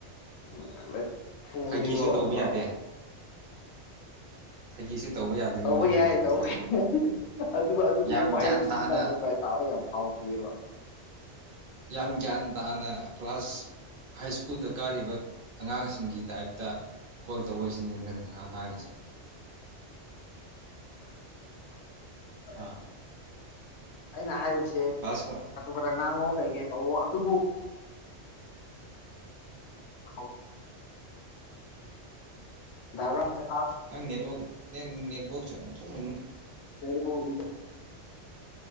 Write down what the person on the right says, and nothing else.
ꯐꯥꯒꯤꯁꯨ ꯇꯧꯕ ꯌꯥꯗꯦ
ꯐꯥꯒꯤꯁꯨ ꯇꯧꯕ ꯌꯥꯗꯕꯤ
ꯃꯑꯣꯡꯅꯤꯅꯦ
ꯑꯗꯨꯗꯤ
ꯌꯥꯝ
ꯒ꯭ꯌꯥꯟ ꯇꯥꯅ
ꯌꯥꯝ ꯒ꯭ꯌꯥꯟ ꯇꯥꯅ ꯀ꯭ꯂꯥꯁ ꯍꯥꯏ ꯁ꯭ꯀꯨꯜꯗ ꯀꯥꯔꯤꯕ ꯑꯉꯥꯡꯁꯤꯡꯒꯤ ꯇꯥꯏꯞꯇ ꯀꯣꯜ ꯇꯧꯌꯣ ꯁꯤꯅꯤ ꯅꯪ ꯍ ꯉꯁ
ꯍꯥꯥ
ꯀ꯭ꯂꯥꯁ ꯋꯥꯟ
ꯅꯪ ꯅꯦꯠꯋꯥꯛ ꯅꯪ ꯅꯦꯠꯋꯥꯛꯁꯦ ꯑꯣꯟꯊꯣꯛꯅ